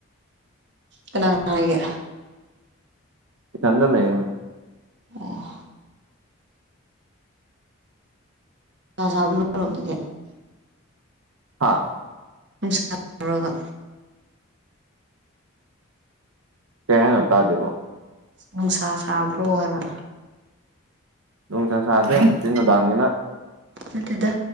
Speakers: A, on the right; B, on the right.
A: ꯀꯅꯥ ꯀꯅꯥ ꯂꯩꯒꯦ
B: ꯆꯗ ꯂꯩ
A: ꯑ ꯁꯕꯅꯗ
B: ꯍꯥꯥ
A: ꯁꯥꯒ
B: ꯀꯍꯟꯣꯇꯥꯗꯦꯕꯣ
A: ꯅꯨꯡꯁꯥ ꯁꯥꯕ꯭ꯔꯣ ꯍꯥꯏꯕ
B: ꯅꯨꯡꯊꯥ ꯁꯥꯗꯦ ꯆꯤꯟ ꯅꯨꯡꯗꯥꯡꯅꯤꯅ
A: ꯑꯗꯨꯠꯇꯗ